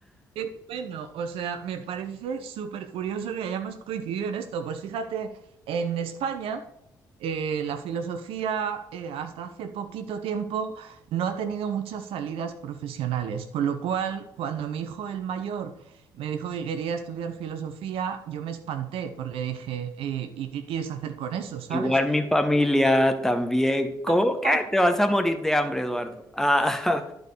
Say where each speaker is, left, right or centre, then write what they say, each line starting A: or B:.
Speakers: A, on the right; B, in the centre.
A: Qué bueno, o sea, me parece súper curioso que hayamos coincidido en esto. Pues fíjate, en España eh, la filosofía eh, hasta hace poquito tiempo no ha tenido muchas salidas profesionales, con lo cual cuando mi hijo el mayor me dijo que quería estudiar filosofía, yo me espanté porque dije, eh, ¿y qué quieres hacer con eso, sabes?
B: Igual mi familia también. ¿Cómo
A: <laughs>
B: que te vas a morir de hambre, Eduardo? Ah.